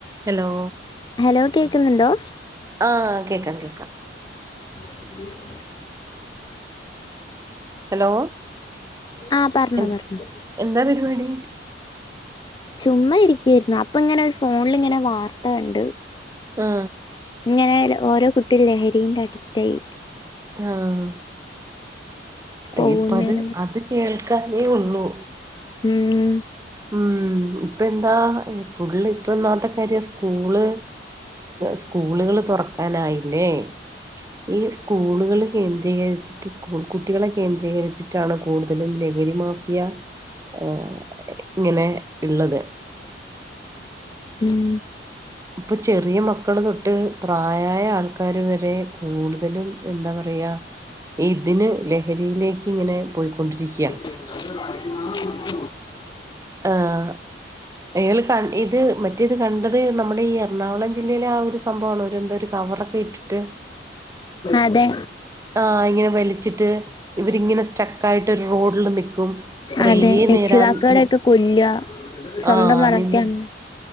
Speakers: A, on the right; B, on the left.
A: Hello
B: hello കേക്കുന്നുണ്ടോ?
A: ആഹ് കേക്കാ കേക്കാം.
B: <inaudible>
A: ഹലോ
B: ആഹ് പറഞ്ഞോ
A: എ
B: പറഞ്ഞോ
A: എന്താ പരിപാടി
B: ചുമ്മാ ഇരിക്കായിരുന്നു അപ്പൊ ഇങ്ങനെ ഒരു ഫോണിലിങ്ങനെ വാർത്ത കണ്ട്.
A: മ്മ്ഹ
B: ഇങ്ങനെ ഓരോ കുട്ടിയും ലഹരിന്റെ അഡിറ്റായി.
A: ആഹ
B: പോകുന്നതിനും
A: ഇപ്പ അത് അത് കേൾക്കാനേ ഉള്ളൂ
B: ഉം
A: ഉം ഇപ്പ എന്താ ഫുള്ള് ഇപ്പന്നാത്തെ കാര്യ സ്കൂള് സ്കൂളുകൾ തുറക്കാനായില്ലേ. ഈ സ്കൂളുകൾ കേന്ദ്രീകരിച്ചിട്ട് സ്കൂൾ കുട് കുട്ടികളെ കേന്ദ്രീകരിച്ചിട്ടാണ് കൂടുതലും ലഹരി മാഫിയ എഹ ഇങ്ങനെ ഇള്ളത്
B: ഉം
A: ഇപ്പ ചെറിയ മക്കള് തൊട്ട് പ്രാ പ്രായായ ആൾക്കാര് വരെ കൂടുതലും എന്താ പറയ ഇതിന് ലഹരിയിലേക്ക് ഇങ്ങനെ പോയ്ക്കൊണ്ടിരിക്ക്യ
B: <unintelligible>
A: ആഹ <unintelligible> ഇത് മറ്റേത് കണ്ടത് നമ്മുടെ ഈ എറണാകുളം ജില്ലയിലെ ആ ഒരു സംഭവണോ എന്തൊരു കവറൊക്കെ ഇട്ടിട്ട്
B: അതെ
A: ആഹ ഇങ്ങനെ വലിച്ചിട്ട് ഇവരിങ്ങിനെ സ്റ്റ ക്കായിട്ട് ഒരു റോഡില് നിക്കും കുറേ
B: അതെ രക്ഷിതാക്കളെയൊക്കെ
A: നേരം നി
B: കൊല്ലുക സ്വന്തം
A: ആഹ
B: വളർത്തിയ
A: നിന്ന്
B: അമ്മ